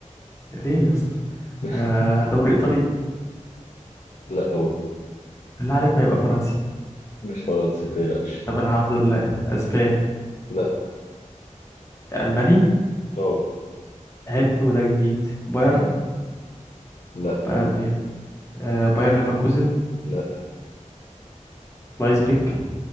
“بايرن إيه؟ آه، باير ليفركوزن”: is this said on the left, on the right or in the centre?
Left